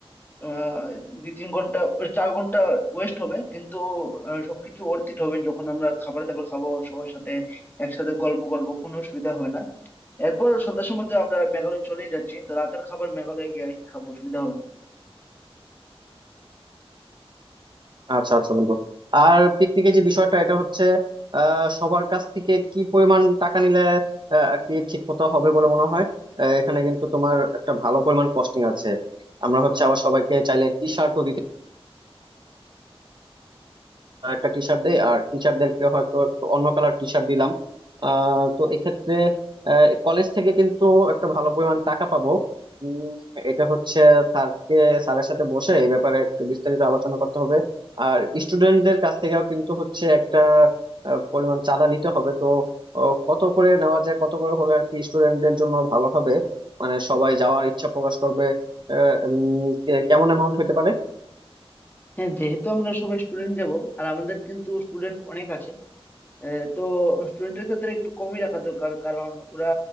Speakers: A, on the left (about 20°); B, on the right (about 50°).
A: আহ, দুই তিন ঘন্টা ওই চার ঘন্টা ওয়েস্ট হবে কিন্তু আহ, সবকিছু অর্থিত হবে যখন আমরা খাবার দাবার খাবো সবার সাথে একসাথে গল্প করবো কোনো অসুবিধা হবে না এরপর সন্ধ্যার সময় তো আমরা মেঘালয় চলেই যাচ্ছি তো রাতের খাবার মেঘালয় গিয়ে খাবো অসুবিধা হবে না
B: আচ্ছা আচ্ছা বন্ধু আর পিকনিকের যে বিষয়টা এটা হচ্ছে আহ সবার কাছ থেকে কি পরিমাণ টাকা নিলে আহ, আর কি ঠিক মতো হবে বলে মনে হয় আহ, এখানে কিন্তু তোমার একটা ভালো পরিমাণ কস্টিং আছে আমরা হচ্ছে আবার সবাইকে চাইলে টি শার্টও আর একটা টি শার্ট দেই আর টিচারদেরকে হয়তো একটু অন্য কালার টি শার্ট দিলাম আহ, তো এক্ষেত্রে কলেজ থেকে কিন্তু একটা ভালো পরিমাণ টাকা পাবো উম, এটা হচ্ছে স্যারকে স্যারের সাথে বসে এই ব্যাপারে একটু বিস্তারিত আলোচনা করতে হবে আর স্টুডেন্টদের কাছ থেকেও কিন্তু হচ্ছে একটা আহ, পরিমাণ চাঁদা নিতে হবে তো আহ, কত করে নেওয়া যায় কত করে হলে আর কি স্টুডেন্টদের জন্য ভালো হবে মানে সবাই যাওয়ার ইচ্ছা প্রকাশ করবে আহ, উম, কে- কেমন অ্যামাউন্ট হতে পারে
A: হ্যাঁ যেহেতু আমরা সবাই স্টুডেন্ট যাব আর আমাদের কিন্তু স্টুডেন্ট অনেক আছে আহ, তো স্টুডেন্টের ক্ষেত্রে একটু কমই রাখা দরকার কারণ ওরা